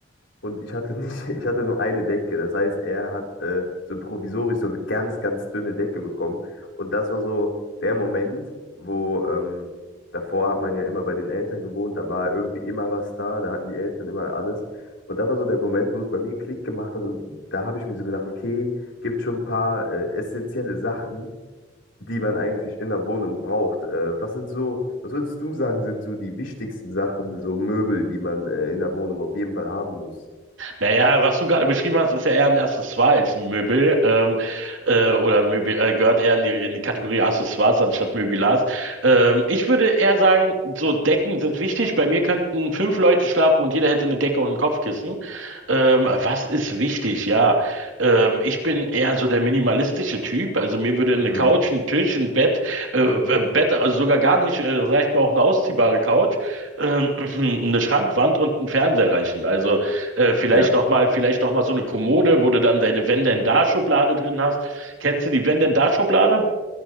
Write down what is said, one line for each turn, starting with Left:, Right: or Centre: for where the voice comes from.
Left: Und ich hatte nicht, <laughs> ich hatte nur eine Decke. Das heißt, er hat äh, so provisorisch so eine ganz, ganz dünne Decke bekommen. Und das war so der Moment, wo ähm, davor hat man ja immer bei den Eltern gewohnt, da war irgendwie immer was da, da hatten die Eltern immer alles. Und da war so der Moment, wo es bei mir Klick gemacht hat. Und da habe ich mir so gedacht, okay, gibt schon ein paar äh, essentielle Sachen, die man eigentlich in der Wohnung braucht. Äh, was sind so, was würdest du sagen, sind so die wichtigsten Sachen, so Möbel, die man äh, in der Wohnung auf jeden Fall haben muss?
Right: Naja, was du gerade beschrieben hast, ist ja eher ein Accessoire als ein Möbel. Ähm, äh, oder ein Möbel äh, gehört eher in die, in die Kategorie Accessoires anstatt Möbilars. Ähm, ich würde eher sagen, so Decken sind wichtig. Bei mir könnten fünf Leute schlafen und jeder hätte eine Decke und ein Kopfkissen. Ähm, was ist wichtig? Ja, ähm, ich bin eher so der minimalistische Typ. Also mir würde eine
Left: Mhm.
Right: Couch, ein Tisch, ein Bett, äh, w- Bett, also sogar gar nicht, äh, reicht mir auch eine ausziehbare Couch, äh, <clears throat> eine Schrankwand und ein Fernseher reichen. Also äh, vielleicht
Left: Ja.
Right: noch mal, vielleicht noch mal so eine Kommode, wo du dann deine Wenn-denn-da-Schublade drin hast. Kennst du die Wenn-denn-da-Schublade?